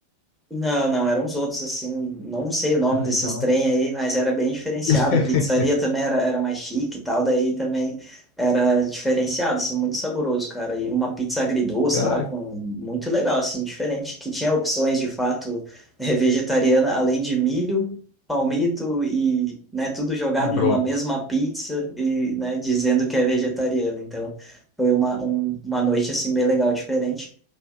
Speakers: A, in the centre; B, on the left.
A: Não, não, eram uns outros assim, não sei o nome
B: Ah,
A: desses
B: então.
A: trem aí, mas era bem diferenciado.
B: <laughs>
A: A pizzaria também era, era mais chique e tal, daí também era diferenciado, assim, muito saboroso, cara. E uma pizza agridoce
B: Cara,
A: lá com muito legal, assim, diferente, que tinha opções de fato eh, vegetariana, além de milho, palmito e, né, tudo jogado
B: que brócolis.
A: numa mesma pizza e, né, dizendo que é vegetariano. Então, foi uma, um- uma noite assim bem legal, diferente,